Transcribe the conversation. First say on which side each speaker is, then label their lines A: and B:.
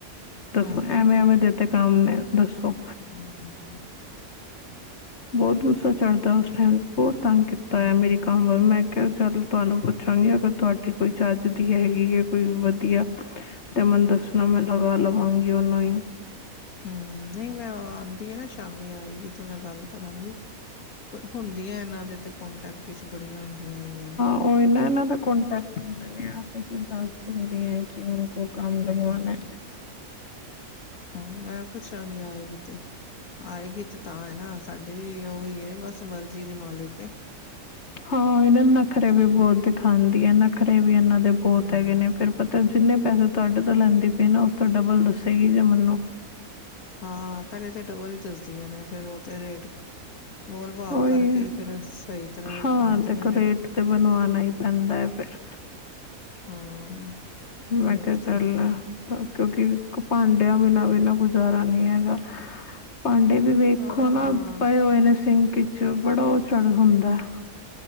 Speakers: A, on the left; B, on the left.
A: ਦੱਸੋ
B: ਹਾਂ ਫੇਰ
A: ਐਵੇਂ-ਐਵੇਂ ਦੇ ਤੇ ਕੰਮ ਨੇ ਦੱਸੋ।
B: ਹੂੰ-ਹੂੰ
A: ਬੋਤ ਗੁੱਸਾ ਚੜਦਾ ਉਸ ਟਾਈਮ ਬੋਤ ਤੰਗ ਕੀਤਾ
B: ਹੂੰ
A: ਆ ਮੇਰੀ ਕੰਮ ਵਲ ਮੈ ਚੱਲ ਤੁਹਾਨੂੰ ਪੁੱਛਾਂਗੀ ਅਗਰ ਤੁਹਾਡੀ ਕੋਈ ਚੱਜ ਦੀ ਹੈਗੀ ਏ ਕੋਈ ਵਧੀਆ। ਤੇ ਮਨੂੰ ਦੱਸਨਾ ਮੈਂ ਲਗਾ ਲਵਾਂਗੀ ਓਹਨੂੰ ਈ।
B: ਹੂੰ ਨਈ ਮੈਂ ਓ ਆਂਦੀ ਏ ਨਾ ਸ਼ਾਮੀ ਆਏਗੀ ਤੇ ਮੈਂ ਗੱਲ ਕਰਾਂਗੀ। ਹੁੰਦੀਆਂ ਇਹਨਾਂ ਦੇ ਤੇ ਕੋਂਟੈਕਟ 'ਚ ਬੜੀਆਂ ਹੁੰਦੀਆਂ ਹੈਗੀਆਂ ਨੇ।
A: ਓਹੀ ਨਾ ਇਹਨਾਂ ਦਾ ਕੋਂਟੈਕਟ ਹੁੰਦੇ ਨੇ ਆਪਸ 'ਚ ਦੱਸ ਦਿੰਦਿਆ ਏ ਕਿ ਉਨਕੋ ਕਾਮ
B: ਹੂੰ
A: ਲਗਵਾਨਾ।
B: ਹਾਂ ਮੈਂ ਪੁੱਛਾਂਗੀ ਆਏਗੀ ਤੇ ਆਏਗੀ ਤੇ ਤਾਂ ਏ ਨਾ ਸਾਡੀ ਵੀ ਓਹੀ ਏ ਬਸ ਮਰਜ਼ੀ ਦੀ ਮਾਲਿਕ ਏ।
A: ਹਾਂ ਏਨਾਂ ਨਖਰੇ ਵੀ ਬੋਤ ਦਿਖਾਂਦੀ ਐ। ਨਖਰੇ ਵੀ ਏਨਾਂ ਦੇ ਬੋਤ
B: ਹੂੰ।
A: ਹੈਗੇ ਨੇ। ਫਿਰ ਪਤਾ ਜਿੰਨੇ ਪੈਸੇ ਤੁਹਾਡੇ ਤੋਂ ਲੈਂਦੀ ਪੀ ਐ ਨਾ ਉਸ ਤੋਂ ਡਬਲ ਦੱਸੇਗੀ ਜੇ ਮੈਨੂੰ
B: ਹਾਂ ਪੈਲੇ ਤਾਂ ਡਬਲ ਈ ਦੱਸਦੀਆਂ ਨੇ ਫੇਰ ਓ ਤੇ ਰੇਟ ਮੋਲਭਾਵ
A: ਉਹੀ
B: ਕਰਕੇ ਈ ਫੇਰ ਸਹੀ ਤਰ੍ਹਾਂ
A: ਹਾਂ
B: ਆਂਦੀਆਂ
A: ਦੇਖੋ
B: ਨੇ।
A: ਰੇਟ ਤੇ ਬਣਵਾਉਣਾ ਹੀ ਪੈਂਦਾ ਹੈ ਫਿਰ
B: ਹਾਂ।
A: ਮੈਂ
B: ਰੇਟ
A: ਕਿਆ
B: ਤੇ
A: ਚੱਲਣਾ। ਕਿਉਂਕਿ ਭਾਂਡਿਆਂ ਬਿਨਾਂ ਵੀ ਨ ਗੁਜ਼ਾਰਾ ਨੀ ਹੈਗਾ। ਭਾਂਡੇ ਵੀ ਵੇਖੋ
B: ਹਾਂ।
A: ਨਾ ਪਏ ਹੋਏ ਨੇ ਸਿੰਕ ਇਚ ਬੜਾ ਓ ਚੜ ਹੁੰਦਾ ਐ।